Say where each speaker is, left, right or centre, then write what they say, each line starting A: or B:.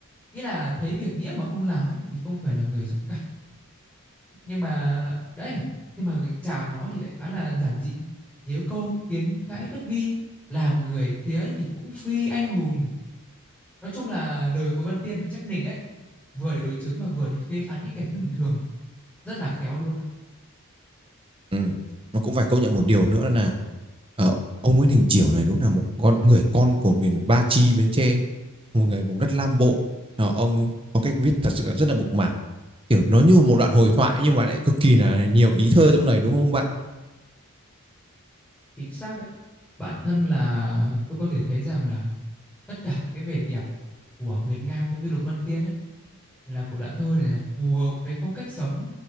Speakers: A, in the centre; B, on the right (about 25°).
A: Ý là thấy việc nghĩa mà không làm ấy thì không phải là người dũng cảm nhưng mà đấy nhưng mà chàng nó thì lại khá là giản dị nhớ câu kiến gãy bất vi làm người thế ấy thì cũng phi anh hùng nói chung là lời của Văn Tiên là chắc nịch ấy vừa để đối chứng mà vừa để phê phán những kẻ tầm thường rất là khéo luôn á
B: Ừ. Nó cũng phải công nhận một điều nữa là ờ, ông Nguyễn Đình Chiểu này đúng là một con người con của miền Ba Chi Bến Tre, một người vùng đất Nam Bộ. Ờ, ông có cách viết thật sự là rất là mộc mạc, kiểu nó như một đoạn hồi thoại nhưng mà lại cực kỳ là nhiều ý thơ trong này đúng không bạn?
A: chính xác ấy bản thân là tôi có thể thấy rằng là tất cả những cái vẻ đẹp của Nguyệt Nga cũng như Lục Vân Tiên ấy là của đoạn thơ này là phù hợp với phong cách sống